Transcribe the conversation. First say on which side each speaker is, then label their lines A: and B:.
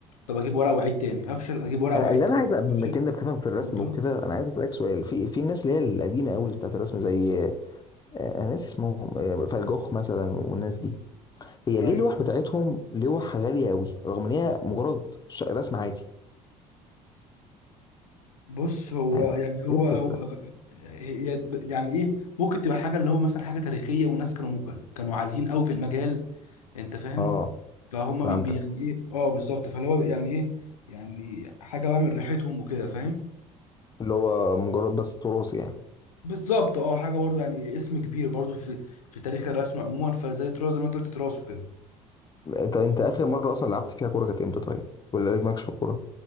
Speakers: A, on the left; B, on the left.
A: طب اجيب ورقه واعيد تاني افشل اجيب ورقه
B: انا
A: واعيد
B: اللي
A: تاني
B: انا عايز أ- بما
A: افشل
B: انك بتفهم في الرسم
A: بالضبط.
B: وكده انا عايز اسالك سؤال في في الناس اللي هي القديمه قوي اللي بتاعت الرسم زي آه، ناس اسمهم آه، فان جوخ مثلا والناس دي هي
A: ايوه
B: ليه اللوح بتاعتهم لوح غاليه قوي رغم ان هي مجرد ش- رسم عادي
A: بص هو
B: يعني
A: يعني هو
B: ايه الفكره
A: هو هي يعني ايه ممكن تبقى حاجه اللي هو مثلا حاجه تاريخيه وناس كانوا كانوا عاليين قوي في المجال انت فاهم
B: اه
A: فهم
B: فهمتك
A: بي بي- يعني ايه اه بالظبط فاللي هو يعني ايه يعني حاجه بقى من ريحتهم وكده فاهم
B: اللي هو مجرد بس تراث يعني
A: بالظبط اه حاجه برضه يعني اسم كبير برضه في في تاريخ الرسم عموما فزي تراث زي ما انت قلت تراث وكده
B: انت انت اخر مره اصلا لعبت فيها كوره كانت امتى طيب ولا لك مالكش في الكوره